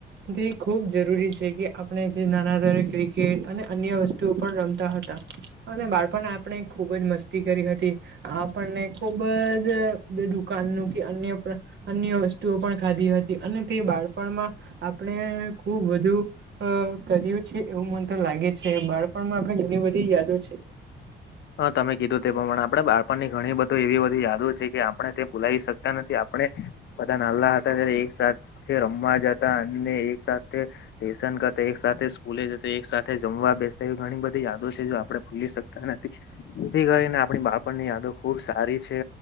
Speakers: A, on the right (about 60°); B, on the left (about 65°).
A: તે ખુબ જરૂરી છે કે આપણે નાના ક્રિકેટ અને અન્ય વસ્તુઓ પણ રમતા હતા અને બાળપણ આપણે ખુબ જ મસ્તી કરી હતી આપણને ખુબ જ દુકાનનુ અન્ય વસ્તુઓ પણ ખાધી હતી અને તે બાળપણમાં આપણે ખુબ વધુ અ કર્યું છે એવું મને તો લાગે છે બાળપણમાં ઘણી બધી યાદો છે.
B: હા તમે કીધું તે પ્રમાણે આપણે બાળપણની ઘણી બધી એવી બધી યાદો છે કે આપણે તે ભુલાવી શક્યા નથી આપણે બધા નાલ્લા હતા ત્યારે એકસાથ તે રમવા જતા અને એક સાથે લેશન કરતા એક સાથે સ્કૂલે જતા એક સાથે જમવા જોવા બેસતા એવી ઘણી બધી યાદો છે જો આપણે ભૂલી શકતા ને તે કરીને આપણી બાળપણની યાદો ખુબ સારી છે